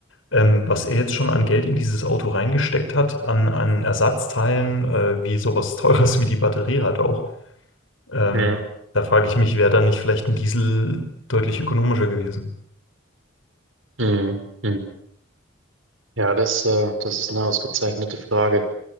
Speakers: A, on the left; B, on the right.
A: ähm, was er jetzt schon an Geld in dieses Auto reingesteckt hat, an, an Ersatzteilen, äh, wie sowas <laughs> Teures wie die Batterie halt auch. Ähm,
B: Ja.
A: da frage ich mich, wäre da nicht vielleicht ein Diesel deutlich ökonomischer gewesen?
B: Mhm. Mhm. Ja, das, äh, das ist eine ausgezeichnete Frage.